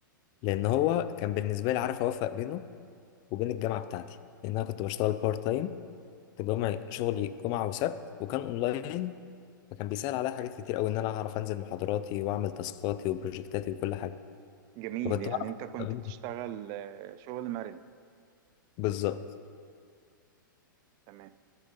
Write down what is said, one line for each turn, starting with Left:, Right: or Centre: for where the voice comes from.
Left: لان هو كان بالنسبه لي عارف اوفق بينه وبين الجامعه بتاعتي لان انا كنت بشتغل بارت تايم كنت بجمع شغلي جمعه وسبت وكان اونلاين فكان بيسهل عليا حاجات كتير قوي ان انا هعرف انزل محاضراتي واعمل تاسكاتي وبروجكتاتي وكل حاجه
Right: جميل
Left: فكنت
Right: يعني
Left: بعرف
Right: انت
Left: أوفق
Right: كنت
Left: بينهم.
Right: بتشتغل آه، شغل مرن
Left: بالظبط
Right: تمام